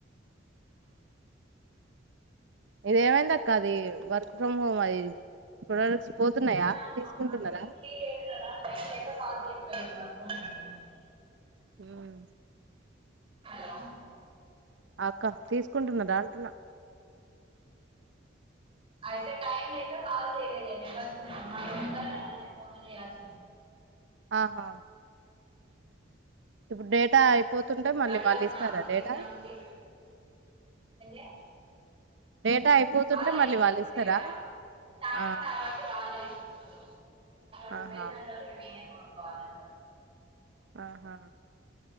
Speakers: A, on the right; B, on the right.
A: ఇది ఏమైంది అక్క అది వర్క్ ఫ్రమ్ హోమ్ అది <unintelligible>
B: ఎప్ప
A: తీసుకుంటున్నారా
B: అంటే ఇలీారా <unintelligible>
A: మ్
B: హలో
A: ఆ అక్క తీసుకుంటున్నదాంటున్నా
B: అయితే టైం లేక కాల్ చేయలేదే <unintelligible> ఫోన్ చేయాల్సింది
A: ఆ హా ఇప్పుడు డే టా అయిపోతుంటే మళ్ళీ
B: దండాలు
A: వాళ్ళు
B: ఉన్నా
A: ఇస్తారా
B: బుక్
A: డేటా
B: ఉంది ఏంటే
A: డేటా అయిపోతుంటే
B: వాళ్ళే
A: మళ్ళీ
B: ఇస్తున్రు
A: వాళ్ళు ఇస్తారా
B: డేటా స్టార్టింగ్
A: ఆ
B: కాబట్టి వాళ్ళే ఇస్తున్నారు మళ్ళా టు
A: ఆహా
B: డేస్ అయిన తరువాత ఇగా నేనే కొనుక్కోవాలి అన్నాడు
A: ఆ హా